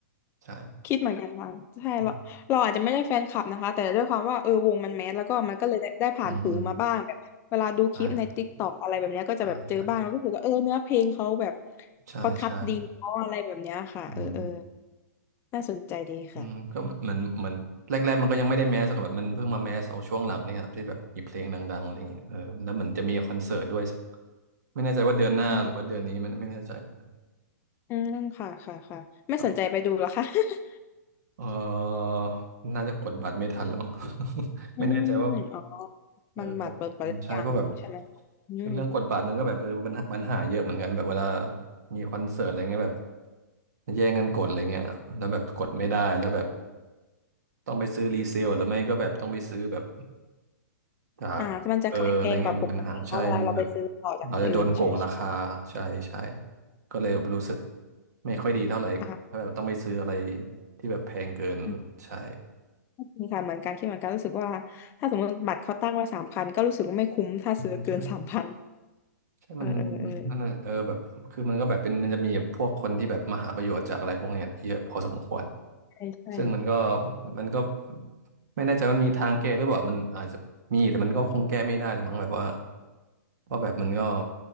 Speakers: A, on the right (about 65°); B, on the left (about 25°).
A: ใช่
B: คิดเหมือนกันค่ะใช่เราเราอาจจะไม่ได้แฟนคลับนะคะแต่ด้วยความว่าเออวงมันแมสแล้วก็มันก็เลยได้ได้ผ่านหูมาบ้างแบบเวลาดูคลิปในติ๊กต็อกอะไรแบบเนี้ยก็จะแบบเจอบ้างแล้วก็รู้สึกว่าเออเนื้อเพลงเขาแบบ
A: อืมอืมอืมใช่อ่าใช่ใช่ใช่
B: เขาทัดดีเขาอะไรแบบเนี้ยค่ะเออเออ
A: อืม
B: น่าสนใจดีค่ะ
A: อืมก็เหมือนเหมือนแรกๆมันก็ยังไม่ได้แมสกับมันเพิ่งมาแมสเอาช่วงหลังเนี่ยครับที่แบบมีเพลงดังๆอะไรเงี้ยเออแล้วเหมันจะมีคอนเสิร์ตด้วยไม่แน่ใจว่าเดือนหน้าหรือว่าเดือนนี้มันไม่แน่ใจเหมือนกัน
B: อืมอืมค่ะค่ะค่ะไม่สนใจไปดูเหรอคะ
A: ครับ
B: <laughs>
A: เออน่าจะกดบัตรไม่ทันแล้วมั้ง <laughs>
B: อืมอ๋อ
A: ไม่แน่ใจว่าเออ
B: มันบัตรเปิดไปหรือยังใช่ไหมคะอืม
A: อืมใช่เพราะแบบเรื่องกดบัตรนั้นก็แบบเออปัญหาปัญหาเยอะเหมือนกันแบบเวลามีคอนเสิร์ตอะไรเงี้ยแบบแย่งกันกดอะไรเงี้ยแล้วแบบกดไม่ได้แล้วแบบต้องไปซื้อรีเซลหรือไม่ก็แบบต้องไปซื้อแบบจากเอออะไรเงี้ยมันเป็นปัญหาใช่มันจะแบบ
B: อ่ามันจะขายแพงกว่าปกติเพราะเวลาเราไปซื้อต่อจากคนอื่นใช่ใช่
A: เราจะโดนโกงราคาใช่ใช่ก็เลยแบบรู้สึกไม่ค่อยดีเท่าไหร่ถ้าแบบต้องไปซื้ออะไร
B: ค่
A: ที่แบบแพงเกินใช่
B: ะ มีค่ะเหมือนกันคิดเหมือนกันรู้สึกว่าถ้าสมมติบัตรเขาตั้งไว้สามพันก็รู้สึกว่าไม่คุ้มถ้าซื้อเกินสามพัน
A: ใช่ ใช่มัน
B: เออเออเออ
A: นั่นน่ะเออแบบคือมันก็แบบเป็นมันจะมีพวกคนที่แบบมาหาประโยชน์จากอะไรพวกเนี้ยเยอะพอสมควร
B: ใช่ใช่
A: ซึ่งมันก็มันก็ไม่แน่ใจว่ามันมีทางแก้หรือเปล่ามันอาจจะมีแต่มันก็คงแก้ไม่ได้หรือมั้งแบบว่าว่าแบบมันก็